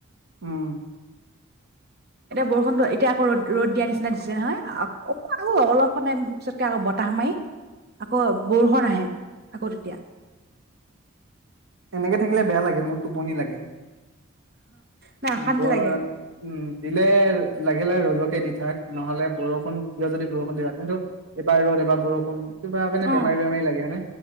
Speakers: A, on the right; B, on the right.
A: উম
B: এতিয়া বৰষুণটো এতিয়া আকৌ ৰদ ৰ'দ দিয়া নিচিনা দিছে নহয়। অকমান আকৌ অলপমান পিছতকে আকৌ বতাহ মাৰি আকৌ বৰষুণ আহে আকৌ তেতিয়া
A: এনেকে থাকিলে বেয়া লাগে মোৰ টোপনি লাগে।
B: নাই
A: উম।
B: অশান্তি লাগে
A: দিলে লাগিলে ৰদকে দি থাক নহ'লে বৰষুণ দিয় যদি বৰষুণ দিয়াক কিন্তু এইবাৰ ৰ'দ। এবাৰ বৰষুণ। কিবা মানে
B: অ
A: বেমাৰী বেমাৰী লাগে হয়নে?